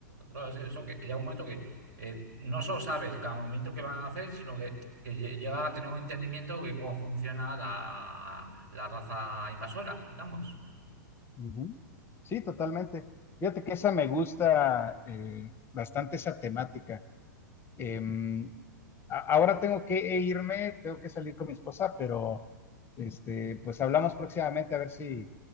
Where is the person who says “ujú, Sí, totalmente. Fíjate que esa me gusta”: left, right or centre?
Left